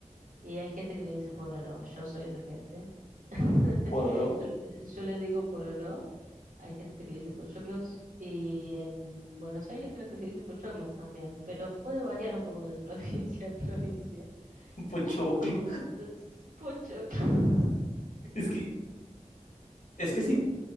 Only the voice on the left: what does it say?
Pororó,
<laughs> pochoclo.
Es que,
es que sí.